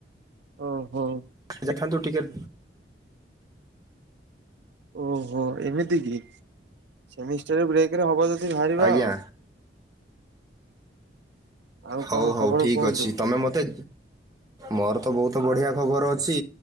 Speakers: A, on the right; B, on the right.
A: ଓ ହୋଁ।
B: ଦେଖାନ୍ତୁ ଟିକେଟ୍
A: ଓହୋ ଏମିତି କି ସେମି ବ୍ରେକରେ ହବ ଯଦି ବାହାରିବା
B: ଆଜ୍ଞା
A: ଆଉ। ଆଉ
B: ହଉ
A: କଣ ଖବର
B: ହଉ ଠିକ
A: କୁହନ୍ତୁ?
B: ଅଛି ତମେ ମତେ ମୋର ତ ବହୁତ ବଢିଆ ଖବର ଅଛି